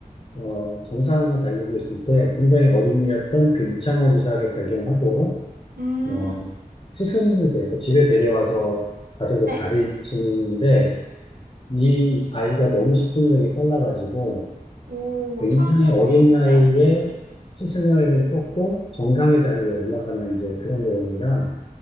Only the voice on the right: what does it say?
음,
네.
오,
천재네.
네.